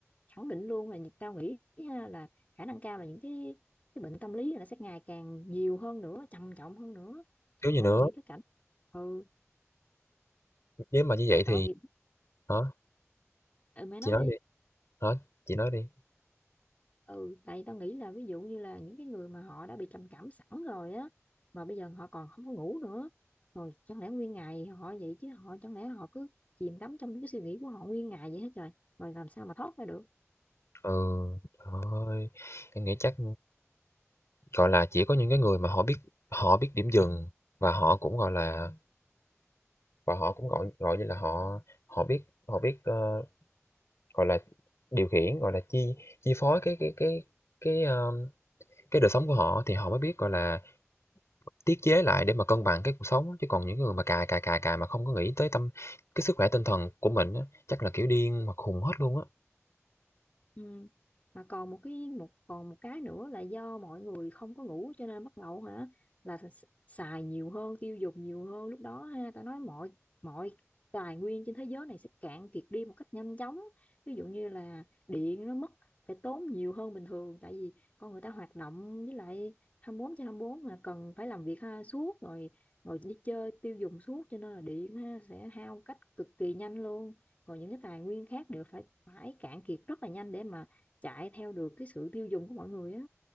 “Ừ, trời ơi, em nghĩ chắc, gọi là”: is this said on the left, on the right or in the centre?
Left